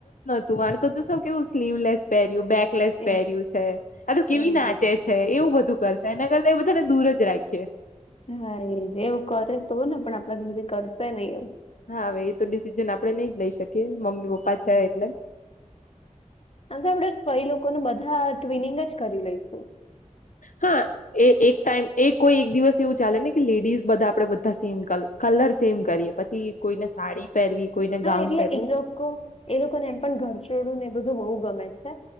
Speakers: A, on the left (about 75°); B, on the left (about 50°).
A: તું તો જો શૌ કેવું સ્લીવલેસ પર્યું બેકલેસ
B: એ
A: પહેર્યું છે આ તો કેવી
B: એજ
A: નાચે છે, એવું બધું કરશે એના કર એ બધાને દૂર જ રાખીએ.
B: હા એ એવું કરે તો ને પણ આપણા ઘરેથી કરશે ને એવું.
A: હા હવે એ તો ડિસિઝન આપડે નઈ જ લઈ શકીએ મમ્મી પપ્પા છે એટલે.
B: આમકે આપણેે કઈ લોકોને બધા ટ્વિનિંગ જ કરી લઈશું.
A: હા. એ એક ટાઈમ એ કોઈ એક દિવસ એવું ચાલે ને કે લેડીઝ બધા આપડે બધા સેમ કલર સેમ કરીએ. પછી કોઈને સાડી પહેરવી કોઈને
B: હા
A: ગાઉન
B: એટલે
A: પહેરવું.
B: એ લોકો એ લોકોને એમ પણ ઘર છોડવું ને એ બધું બહુ ગમે છે.